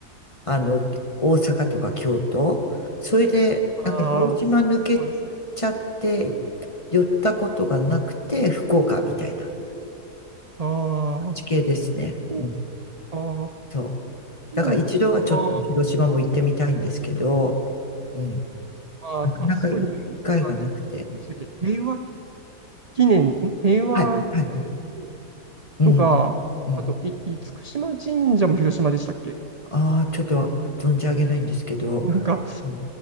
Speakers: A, on the left; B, on the right.
A: あの、大阪とか京都。それで、
B: ああ、
A: なんか広島抜けちゃって、
B: そうですね。
A: 寄ったことがなくて、福岡みたいな
B: ああ、
A: 地形ですね。
B: 福
A: うん、
B: 岡、
A: そう。
B: 福岡、
A: だから一度はちょっと広島も行ってみたいんですけど、うん、
B: あ、
A: なかなか行く機会がなくて。
B: あそこに有名なのがな、何でしたっけ、平和記念、ん平和、
A: はい、
B: なんとか
A: はい、はい。うん、
B: とか、
A: うん。
B: あと、い、厳島神社も広島でしたっけ
A: ああ、ちょっと存じ上げないんですけど、
B: なんか、
A: うん